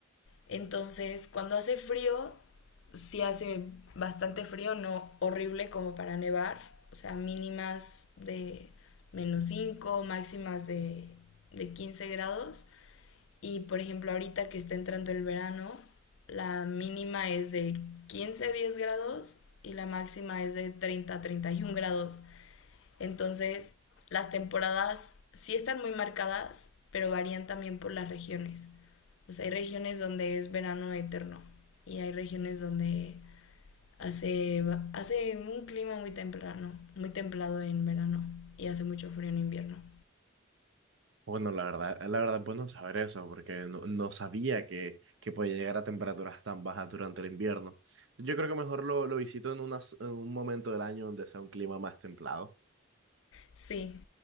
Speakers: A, on the left; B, on the right.
A: entonces cuando hace frío, sí hace bastante frío, no horrible como para nevar, o sea, mínimas de menos 5, máximas de, de 15 grados. Y por ejemplo, ahorita que está entrando el verano, la mínima es de 15 a 10 grados y la máxima es de 30 a 31 grados. Entonces, las temporadas sí están muy marcadas, pero varían también por las regiones. O sea, hay regiones donde es verano eterno y hay regiones donde hace, hace un clima muy temprano, muy templado en verano y hace mucho frío en invierno.
B: Bueno, la verdad, la verdad, bueno saber eso, porque no, no sabía que, que podía llegar a temperaturas tan bajas durante el invierno. Yo creo que mejor lo, lo visito en, unas- en un momento del año donde sea un clima más templado.
A: Sí,